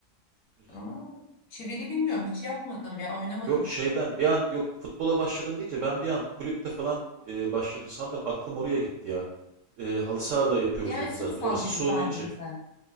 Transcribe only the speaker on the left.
ama çivili bilmiyorum hiç yapmadım ya oynamadım
Yani
futsal
gibi
sandın
sen.